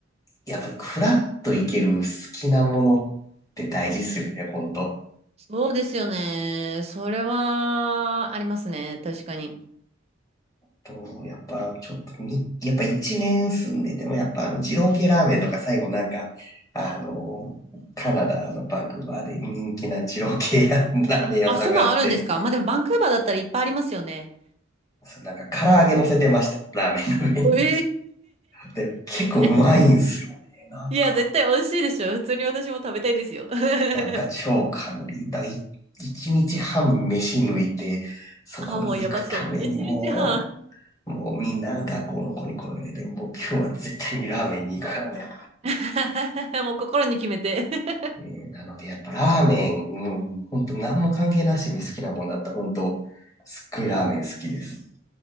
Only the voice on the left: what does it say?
やっぱフラッといける好きなものって大事ですよね、本当。
と、やっぱちょっとに、やっぱ一年住んでても、やっぱあの、二郎系ラーメンとか最後なんか、あの、カナダのバンクーバーで人気な二郎系やラーメン屋さんがあって、
なんか唐揚げ乗せてました、ラーメンの上に。
で、結構うまいんすよね。
なんか、
なんか超カロリーだ。い一日半飯抜いて、そこに行くためにも
う、もうみんな学校の子に声を上げて、もう今日は絶対にラーメンに行くからね。
ねなので、やっぱラーメン、うん、本当何も関係なしに好きなもんだった。本当すっごいラーメン好きです。